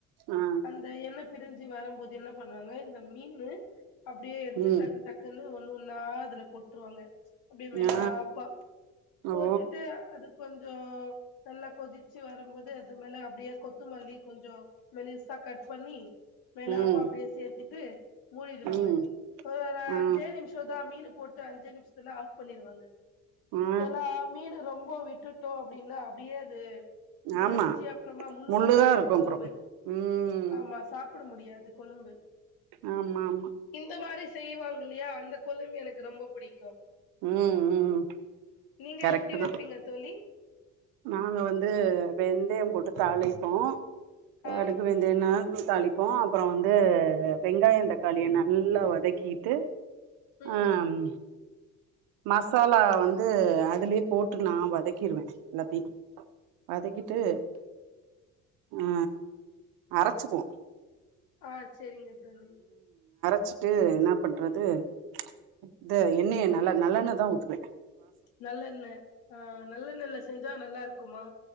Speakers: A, on the right (about 60°); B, on the left (about 60°).
A: ஆ
B: அந்த என்னப் பிரிஞ்சி வருபோது என்ன பண்ணுவாங்க இந்த மீனு அப்பிடியே எடுத்து
A: ம்
B: டக்கு டக்குன்னு ஒன்னு ஒன்னா அதுல போட்டுருவாங்க அப்பிடியே மேலாப்பா
A: ஆ
B: போட்டுட்டு
A: ஓ
B: அது கொஞ்சோ நல்லா கொதிச்சி வரும்போது எது மேல அப்பிடியே கொத்துமல்லி கொஞ்சோ மெலிசா கட் பண்ணி மேலாப்பா
A: ம்
B: அப்புடியே சேர்த்துட்டு மூடிடுவாங்க
A: ம்
B: ஒரு ரா
A: ஆ
B: அஞ்சே நிமிஷ தா மீனு போட்டு அஞ்சே நிமிஷத்துல ஆஃப் பண்ணிருவாங்க
A: ஆ
B: ஏன்னா மீனு ரொம் போ விட்டுட்டோ அப்பிடின்னா அப்பிடியே து பொடிஞ்சு
A: ஆமா
B: அப்புறமா முள்ளு
A: முள்ளுதா
B: முள்ளாயிரு
A: இருக்கு அப்றோ
B: கொழும்பு
A: ம்
B: ஆமா சாப் ப்புட முடியாது கொழும்பு
A: ஆமா ஆமா
B: இந்த மாரி செய்வாங்க இல்லையா அந்த கொழும்பு எனக்கு ரொம்ப புடிக்கு
A: ம் ம்
B: நீங்க
A: கரெக்ட்டு
B: எப்பிடி
A: தா
B: வைப்பீங்க தோழி
A: நாங்க வந்து வெந்தயோ போட்டு தாளிப்போ காடக்கு
B: ஆ
A: வேந்தன்னா தாளிப்போ அப்புறந்து வெங்காய தக்காளிய நல்லா வதக்கிட்டு
B: ம்
A: ஆம் மசாலா வந்து அதுலே போட்டு நா வதக்கிருவே எல்லாத்தி வதக்கிட்டு அ அரச்சிக்குவோ
B: ஆஜ் செரிங்க தோழி
A: வச்சிட்டு என்ன பண்றது இந்த எண்ணெய நல்லா நல்லெண்ணதா ஊத்துவ
B: நல்லெண்ண ஆ நல்லெண்ணேல செஞ்சா நல்லா இருக்குமா